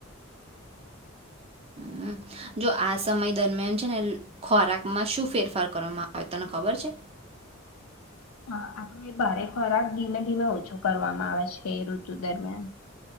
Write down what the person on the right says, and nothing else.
હ જો આ સમય દરમિયાન છે ને ખોરાકમાં શું ફેરફાર કરવામાં આવે તને ખબર છે